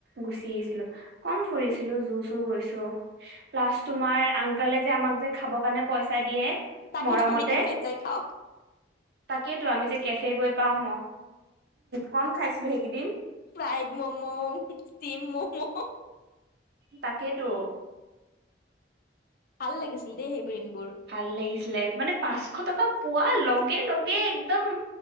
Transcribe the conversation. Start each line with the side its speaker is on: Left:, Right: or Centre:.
Right: গুচি আহিছিলো, কম ফুৰিছিলো যু চু গৈছো। প্লাচ তোমাৰ আংকলে যে আমাক যে খাব কাৰণে পইচা দিয়ে।
Left: তাকেইতো
Right: মৰমতে
Left: আমি কেফেত যাই খাওঁ।
Right: তাকেইতো, আমি যে কেফে গৈ পাওঁ ম কম খাইছিলো সেইকেইদিন।
Left: Fried momo, steam momo.
Right: তাকেইতো, -
Left: ভাল লাগিছিল দেই সেইবোৰ দিনবোৰ।
Right: ভাল লাগিছিলে, মানে পাঁচশ টকা পোৱাৰ লগে লগে একদম-